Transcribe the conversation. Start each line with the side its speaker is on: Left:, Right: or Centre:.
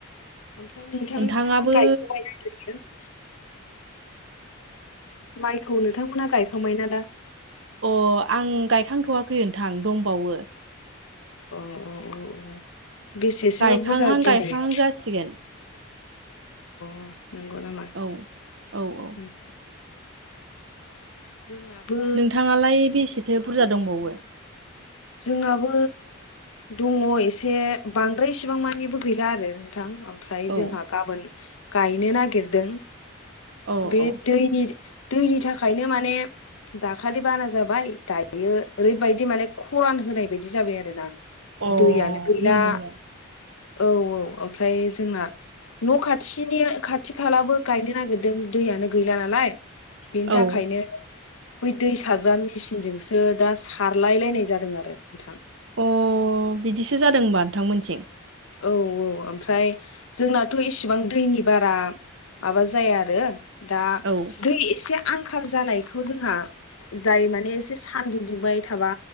Left: ओमफ्राय नोंथांमोना
Right: नोंथाङाबो
Left: थायस' बायसो माइखौ नोंथांमोना गायखांबायना दा?
Right: अ आं गायखांथ'वाखै नोंथां दंबावो।
Left: अ अ अ अ बेसेसो
Right: गायखांहां
Left: बुरजा दंबायो?
Right: गायखांहां जासिगोन
Left: अ नंगौ नामा
Right: औ औ औ
Left: उम। जोंनाबो
Right: नोंथांङालाय बेसेथो बुरजा दंबावो?
Left: जोंनाबो दंङ एसे बांद्राय इसिबां मानिबो गैला आरो नों थां ओमफ्राय
Right: औ
Left: जोंहा गाबोन गायनो नागिरदों।
Right: औ
Left: बे
Right: औ
Left: दैनि दैनि थाखायनो माने दाखालि बाना जाबाय दायो ओरैबायदि माने खरान होनाय बायदि जाबाय आरो ना।
Right: अ
Left: दैयानो गैला।
Right: नंगौ नामा
Left: औ औ ओमफ्राय जोंना न' खाथिनि खाथि खालाबो गायनो नागिर दों दैयानो गैला नालाय बेनि थाखायनो
Right: औ
Left: बै दै सारग्रा मेसिनजोंसो दा सारलाय लायनाय जादों आरो नोंथां।
Right: अ बिदिसो जादों होनबा नोंथांमोनथिं।
Left: औ औ ओमफ्राय जोंनाथ' इसिबां दैनि बारा माबा जाया आरो। दा
Right: औ
Left: दै एसे आंखाल जानायखौ जोंहा जाय माने सान्दुं दुंबाय थाबा